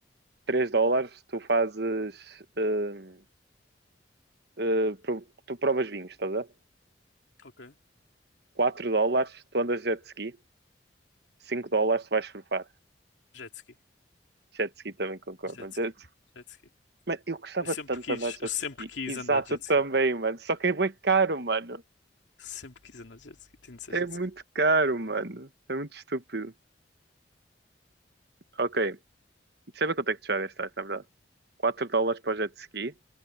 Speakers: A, on the right (about 60°); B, on the left (about 80°).
A: Três dólares. Tu fazes... hum, hum, pro- tu provas vinhos, estás a ver?
B: ok.
A: Quatro dólares. Tu andas de jet ski. Cinco dólares. Tu vais surfar.
B: Jet ski.
A: Jet ski também concordo.
B: Jet
A: Mas
B: ski.
A: jet...
B: Jet ski.
A: Mano, eu gostava
B: Eu sempre
A: tanto
B: quis,
A: de andar de jet
B: eu sempre
A: ski.
B: quis
A: Exato,
B: andar de jet
A: eu também,
B: ski.
A: mano. Só que é bué caro, mano.
B: Sempre quis andar de jet ski. Tinha de ser
A: É
B: jet
A: muito
B: ski.
A: caro, mano. É muito estúpido. Ok. Deixa eu ver quanto é que tu já gastaste, na verdade. 4 dólares para o jet ski,